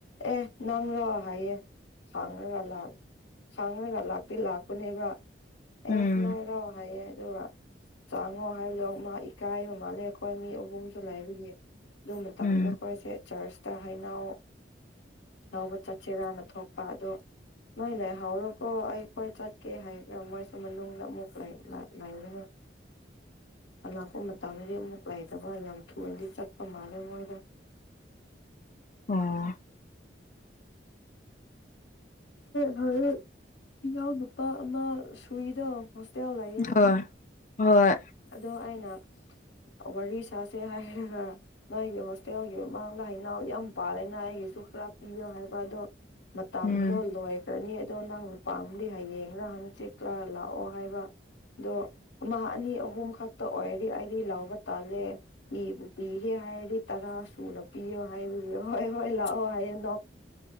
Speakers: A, on the left; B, on the left.
A: ꯑꯦ ꯅꯪꯔꯣ ꯍꯥꯏꯌꯦ ꯁꯥꯡꯅꯒ ꯁꯥꯡꯅꯔꯒ ꯂꯥꯛꯇꯤ ꯂꯥꯛꯄꯅꯦꯕ
B: ꯎꯝ
A: ꯑꯦꯁ ꯥꯏꯔꯣ ꯐꯩꯌꯦ ꯑꯗꯨꯒ ꯆꯥꯉꯣ ꯍꯥꯏꯕꯗꯣ ꯃꯥ ꯏꯀꯥꯏꯕ ꯃꯥꯜꯂꯦ ꯑꯩꯈꯣꯏ ꯃꯤ ꯑꯍꯨꯝꯁꯨ ꯂꯩꯕꯒꯤ ꯂꯃ ꯇꯥꯡꯅ
B: ꯎꯝ
A: ꯆꯔꯆꯇ ꯍꯩꯅꯥꯎ ꯉꯎꯕ ꯆꯠꯁꯤꯔꯥꯅ ꯊꯣꯛꯄ ꯑꯗꯣ ꯅꯣꯏ ꯂꯩꯥꯏꯍꯥꯎꯔꯣꯀꯣ ꯑꯩꯈꯣꯏ ꯆꯠꯀꯦ ꯍꯥꯏꯒ ꯃꯣꯏꯁꯨ ꯃꯅꯨꯡꯗ ꯑꯃꯨꯛ ꯂꯩꯔꯨꯅꯨ
B: <inaudible>
A: ꯑ ꯂꯥꯛꯄ ꯃꯇꯝꯗꯗꯤ ꯑꯃꯨꯛ ꯂꯩꯥꯏꯇꯕ ꯌꯥꯝ ꯊꯨꯅꯗꯤ ꯆꯠꯄ ꯃꯥꯜꯂꯦ ꯃꯣꯏꯗ
B: ꯑꯣ
A: ꯍꯔ ꯏ ꯌꯥꯎ ꯅꯨꯄꯥ ꯑꯃꯥ ꯁꯨꯏꯗ ꯍꯣꯇꯦ ꯂꯩꯦ
B: ꯍꯣꯏ ꯍꯣꯏ
A: ꯑꯗꯣ ꯑꯩꯅ ꯋꯥꯔꯤ ꯁꯥꯥꯁꯦ ꯍꯥꯏꯔꯒ ꯅꯣꯏꯒꯤ ꯍꯣꯁꯇꯦꯜꯒꯤ ꯃꯃꯥꯡꯗ ꯍꯅꯥꯎ ꯌꯥꯝ ꯄꯥꯔꯦꯅ ꯑꯩꯒꯤꯁꯨ ꯈꯔ ꯄꯤꯌꯣ ꯍꯥꯏꯕ ꯑꯗꯣ ꯃꯇꯝꯗꯣ
B: ꯎꯝ
A: ꯂꯣꯏꯈ꯭ꯔꯅꯤ ꯑꯗꯣ ꯅꯪ ꯅꯨꯄꯥꯝꯗꯤ ꯍꯌꯦꯡꯒ ꯍꯪꯆꯤꯛꯂ ꯂꯥꯛꯑꯣ ꯍꯥꯏꯕ ꯑꯗꯣ ꯑꯃ ꯑꯅꯤ ꯑꯍꯨꯝ ꯈꯛꯇ ꯑꯣꯏꯔꯤ ꯑꯩꯔꯤ ꯂꯥꯎꯕ ꯇꯥꯜꯂꯦ ꯄꯤꯕꯨ ꯄꯤꯒꯦ ꯍꯥꯏꯔꯗꯤ ꯇꯔꯥ ꯁꯨꯅ ꯄꯤꯌꯣ ꯍꯥꯏꯕ ꯍꯣꯏ ꯍꯣꯏ ꯂꯥꯛꯑꯣ ꯍꯥꯏꯌꯦꯡ